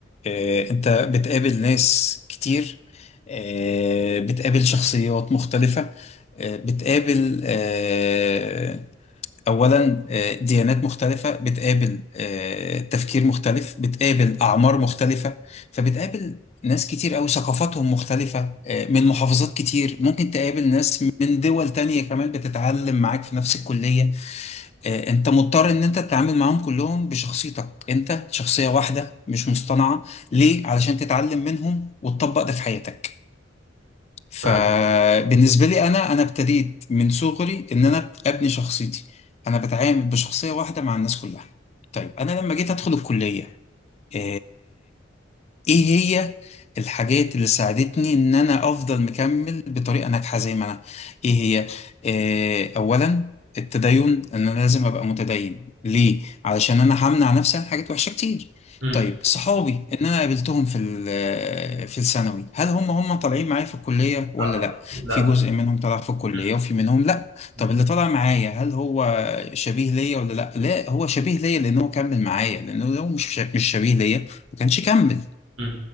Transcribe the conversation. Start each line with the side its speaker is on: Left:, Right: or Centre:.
Left: آه، انت بتقابل ناس كتير آه، بتقابل شخصيات مختلفة آه، بتقابل آه، اولا آه، ديانات مختلفة بتقابل آه، تفكير مختلف بتقابل اعمار مختلفة فبتقابل ناس كتير قوي ثقافاتهم مختلفة آه، من محافظات كتير ممكن تقابل ناس من دول تانية كمان بتتعلم معاك في نفس الكلية آه، انت مضطر ان انت تتعامل معاهم كلهم بشخصيتك انت شخصية واحدة مش مصطنعة ليه؟ علشان تتعلم منهم وتطبق ده في حياتك فبالنسبة
Right: فاهم
Left: لي انا انا ابتديت من صغري ان انا ابني شخصيتي انا بتعامل بشخصية واحدة مع الناس كلها طيب انا لما جيت ادخل الكلية آه، ايه هي الحاجات اللي ساعدتني ان انا افضل مكمل بطريقه ناجحه زي ما انا ايه هي آه اولا التدين ان انا لازم ابقى متدين ليه علشان انا همنع نفسي عن حاجات وحشه كتير
Right: امم
Left: طيب صحابي ان انا قابلتهم في ال- آه، في الثانوي هل هم هم طالعين معايا في الكليه ولا
Right: لا طبعا
Left: لا
Right: لا
Left: في جزء منهم طلع في الكليه
Right: مم.
Left: وفي منهم لا
Right: مم.
Left: طب اللي طلع معايا هل هو شبيه ليا ولا لا لا هو شبيه ليا لان هو كمل معايا لانه لو مش مش شبيه ليا ما كانش كمل
Right: مم.